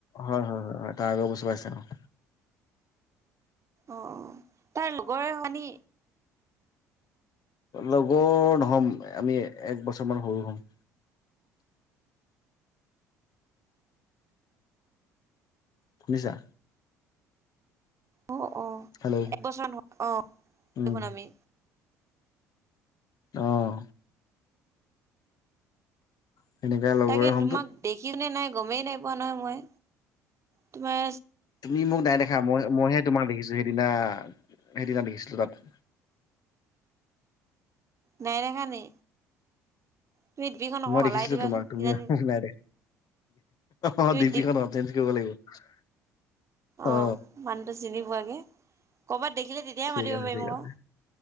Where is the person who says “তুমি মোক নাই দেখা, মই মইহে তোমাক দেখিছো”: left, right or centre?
Left